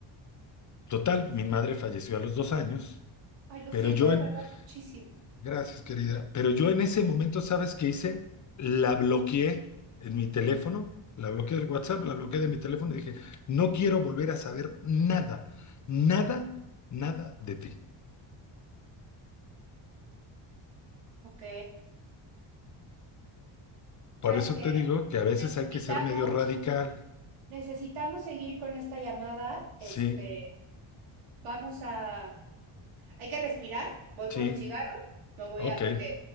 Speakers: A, on the left (about 35°); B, on the right (about 85°).
A: total, mi madre falleció a los dos años,
B: Ay, lo
A: pero
B: siento
A: yo
B: de verdad
A: en,
B: muchísimo.
A: gracias querida, pero yo en ese momento, ¿sabes qué hice? La bloqueé en mi teléfono, la bloqueé del WhatsApp, la bloqueé de mi teléfono y dije, no quiero volver a saber nada, nada, nada de ti.
B: Ok.
A: Por
B: ¿Sabes
A: eso
B: qué?
A: te digo que a veces
B: Necesitamos,
A: hay que ser medio radical.
B: necesitamos seguir con esta llamada.
A: Sí,
B: Este, vamos a, hay que respirar. Voy por
A: sí,
B: un cigarro. Me voy
A: ok,
B: a, porque,